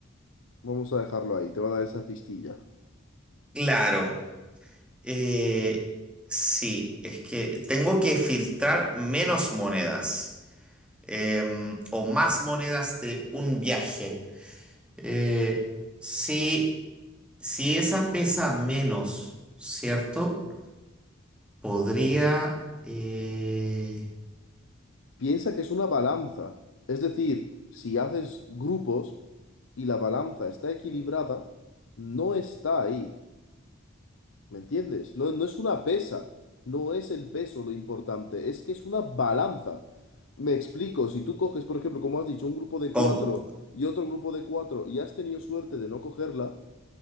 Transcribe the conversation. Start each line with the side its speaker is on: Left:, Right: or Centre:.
Left: Vamos a dejarlo ahí, te va a dar esa pistilla.
Centre: claro, eh, sí, es que tengo que filtrar menos monedas em, o más monedas de un viaje. Eh, sí. Si esa pesa menos, ¿cierto? Podría... eh,
Left: Piensa que es una balanza. Es decir, si haces grupos y la balanza está equilibrada, no está ahí. ¿Me entiendes? No, no es una pesa, no es el peso lo importante, es que es una balanza. Me explico, si tú coges, por ejemplo, como has dicho, un grupo de cuatro
Centre: Como-
Left: y otro grupo de cuatro y has tenido suerte de no cogerla,